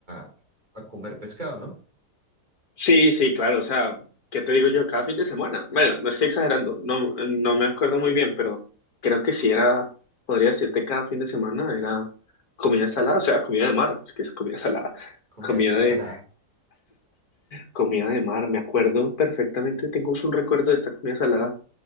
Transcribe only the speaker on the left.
Sí, sí, claro, o sea, ¿qué te digo yo? Cada fin de semana. Bueno, no estoy exagerando, no, no me acuerdo muy bien, pero creo que sí era, podría decirte cada fin de semana era comida salada, o sea, comida de mar, es que es comida salada,
comida de,
comida de mar, me acuerdo perfectamente, tengo un recuerdo de esta comida salada